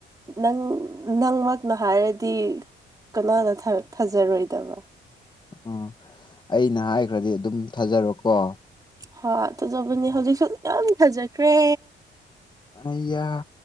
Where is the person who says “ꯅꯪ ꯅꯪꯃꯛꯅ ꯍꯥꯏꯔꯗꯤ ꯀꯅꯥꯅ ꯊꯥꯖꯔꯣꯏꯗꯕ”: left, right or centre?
Right